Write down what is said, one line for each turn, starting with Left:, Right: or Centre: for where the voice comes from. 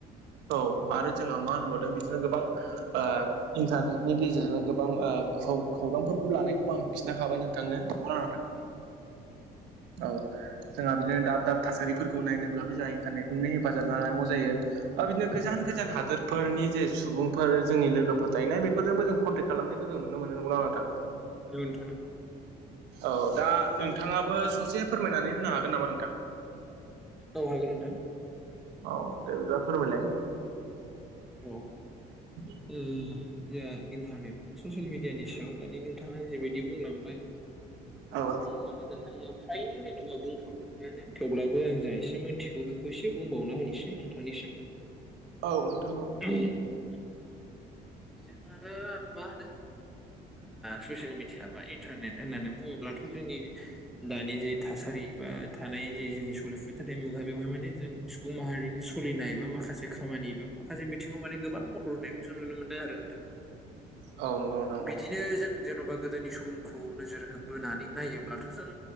Right: औ आरो जोंहा मा होनबावदों बिदिनो गोबां ओ इन्टारनेटनि गेजेरजोंनो गोबां खौरांफोरखौ लानायखौबो आं खिन्थाखाबाय नोंथांनो नंगौना नोंथां
Centre: <inaudible>
Right: औ जोंहा बिदिनो दाब दाब थासारिफोरखौ नायनोब्लाबो जोंहा इन्टारनेटखौनो हेफाजाब लानांगौ जायो बिदिनो गोजान
Centre: औ
Right: गोजान हा फोरनि जे सुबुंफोर जोंनि लोगोफोर थाहैनाय बेफोरजोंबो जों कन्टेक्ट खालामनायखौ जों नुनो मोनो नंगौना नङा नोंथां <inaudible>
Centre: नंगौ नोंथां नंगौ
Right: औ दा नोंथाङाबो ससे फोरमायनानै होनो हागोन नामा नोंथां
Centre: औ हागोन नोंथां
Right: औ दे बिदिबा फोरमायलाइ
Centre: औ
Right: <inaudible>
Centre: उम जोंहा इन्टारनेट बा ससियेल मिडियानि सायाव दानि नोंथाङा जेबायदि बुंलांबाय
Right: औ
Centre: मानो नोंथाङा फ्रायनो जेनेबा बुंफ्रामजोबबायनो थेवब्लाबो आं जा एसे मिथिगौ बेखौ खौ एसे बुंबावना होनोसै नोंथांनिसिम
Right: औ नोंथां औ
Centre: <inaudible> जोंहाथ मा होनो ससियेल मिडिया बा इन्टारनेट होननानै बुङोब्लाथ' जोंनि दानि जि थासारि बा थानाय जि जोंनि सलसथा मुगा बेवहाय माने जों सुबुं माहारिनि सोलिनाय ए बा माखासे खामानि एा माखासे बिथिङाव माने गोबां मदद होनायखौ जों नुनो मोनो नोंथां
Right: औ नंगौ नोंथां नंगौ।
Centre: बिदिनो जों जेन'बा गोदोनि सम खौ नोजोर बोनानै नायोब्लाथ' जों